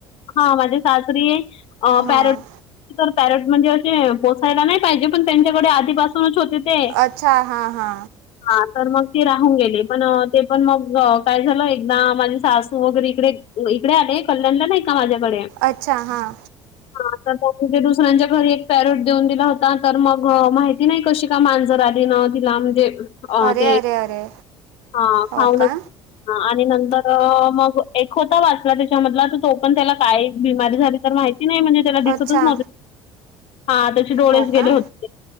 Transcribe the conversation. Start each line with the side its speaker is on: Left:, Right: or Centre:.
Left: <inaudible> हा माझे सासरी अ
Right: हां.
Left: पॅरोट तर पॅरोट म्हणजे ते पोसायला नाही पाहिजे पण त्यांच्याकडे आधीपासूनच होते ते.
Right: अच्छा हा हा.
Left: हा तर मग ती राहून गेले पण ते पण मग काय झालं एकदा माझी सासू वगैरे इकडे इकडे आले कल्याणला नाही का माझ्याकडे
Right: अच्छा हां.
Left: हा तर <unintelligible> दुसऱ्यांच्या घरी एक पॅरूट देऊन दिला होता तर मग माहिती नाही कशी का मांजर आली ना तिला म्हणजे अ
Right: अरे,
Left: ते
Right: अरे, अरे!
Left: हा खाऊनच
Right: हो का?
Left: हा आणि नंतर मग एक होता वाचला त्याच्या मधला तर तो पण त्याला काय बिमारी झाली तर माहिती नाही म्हणजे त्याला दिसतच
Right: अच्छा.
Left: नव्हतं हा त्याचे डोळेच
Right: हो
Left: गेले
Right: का?
Left: होते